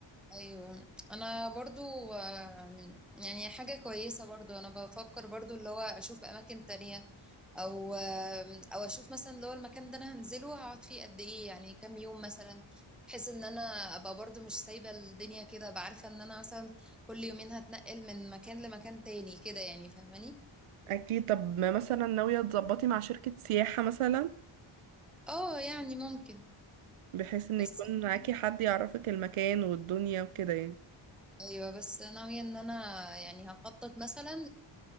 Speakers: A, in the centre; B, on the right (about 85°).
A: ايوه انا برضو آم، يعني حاجه كويسه برضو انا بفكر برضو اللي هو اشوف اماكن تانية او آم، او اشوف مثلا اللي هو المكان ده انا هنزله هقعد فيه قد ايه يعني كام يوم مثلا بحيث ان انا ابقى برضو مش سايبه الدنيا كده ابقى عارفه ان انا مثلا كل يومين هتنقل من مكان لمكان تاني كده يعني فاهماني
B: اكيد طب ما مثلا ناوية تظبطي مع شركة سياحة مثلا
A: اه يعني ممكن
B: بحيث ان
A: بس
B: يكون
A: أنا-
B: معاكي حد يعرفك المكان والدنيا وكده يعني
A: ايوه بس ناويه ان انا يعني هخطط مثلا